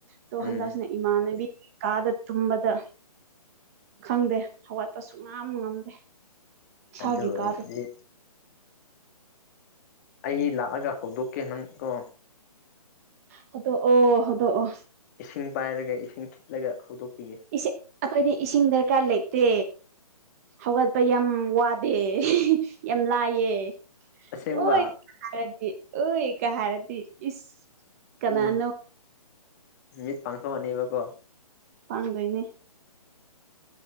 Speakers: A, on the right; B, on the left.
A: ꯇꯣ ꯍꯟꯗꯛꯁꯤꯅ
B: ꯎꯝ
A: ꯏꯃꯥꯅꯥꯕꯤ ꯀꯥꯗ ꯇꯨꯝꯕꯗ ꯈꯪꯗꯦ ꯍꯧꯒꯠꯄꯁꯨꯨꯡꯉꯝ ꯉꯝꯗꯦ ꯏꯁꯥꯒꯤ
B: ꯑꯗꯨ ꯑꯣꯏꯔꯗꯤ
A: ꯀꯥꯗ
B: ꯑꯩ ꯂꯥꯛꯑꯒ ꯍꯧꯗꯣꯛꯀꯦ ꯅꯪ ꯀꯣ
A: ꯍꯧꯗꯣꯛꯑꯣ ꯍꯧꯗꯣꯛꯑꯣ
B: ꯏꯁꯤꯡ ꯄꯥꯏꯔꯒ ꯏꯁꯤꯡ ꯈꯤꯛꯂꯒ ꯍꯧꯗꯣꯛꯄꯤꯒꯦ
A: ꯏꯁꯤ ꯑꯩꯈꯣꯏꯗꯤ ꯏꯁꯤꯡ ꯗꯔꯀꯥꯔ ꯂꯩꯇꯦ ꯍꯧꯒꯠꯄ ꯌꯥꯝ ꯋꯥꯗꯦ ꯌꯥꯝ ꯂꯥꯏꯌꯦ
B: ꯑꯁꯦꯡꯕ
A: ꯍꯣꯏ ꯍꯥꯏꯔꯗꯤ ꯑꯣꯏ ꯀꯥ ꯍꯥꯏꯔꯗꯤ ꯏꯁ ꯀꯅꯥꯅꯣ
B: ꯎꯝ ꯃꯤꯠ ꯄꯥꯡꯊꯣꯛꯑꯅꯤꯕꯀꯣ
A: ꯄꯥꯡꯗꯣꯏꯅꯦ